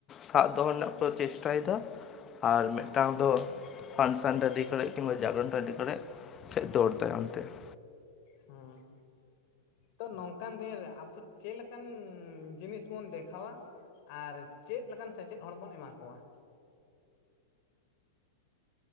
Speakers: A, on the left (about 25°); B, on the left (about 55°).
A: ᱥᱟᱵ ᱫᱚᱦᱚ ᱨᱮᱱᱟᱜ ᱠᱚ ᱪᱮᱥᱴᱟᱭᱮᱫᱟ ᱟᱨ
B: ᱦᱮᱸ
A: ᱢᱤᱫᱴᱟᱝ ᱫᱚ ᱯᱷᱟᱱᱥᱮᱱ ᱴᱟᱸᱰᱤ ᱠᱚᱨᱮ ᱠᱤᱝᱵᱟ ᱡᱟᱜᱨᱚᱱ ᱴᱟᱸᱰᱤ ᱠᱚᱨᱮ ᱥᱮᱫ ᱫᱚᱲ ᱛᱟᱭ ᱚᱱᱛᱮ <inaudible>
B: ᱦᱩᱸ ᱛᱚ ᱱᱚᱝᱠᱟᱱ ᱫᱤᱱ ᱨᱮ ᱟᱵᱚ ᱪᱮᱫ ᱞᱮᱠᱟᱱ ᱡᱤᱱᱤᱥ ᱵᱚᱱ ᱫᱮᱠᱷᱟᱣᱟ, ᱟᱨ ᱪᱮᱫ ᱞᱮᱠᱟᱱ ᱥᱮᱪᱮᱫ ᱦᱚᱲ ᱵᱚᱱ ᱮᱢᱟ ᱠᱚᱣᱟ?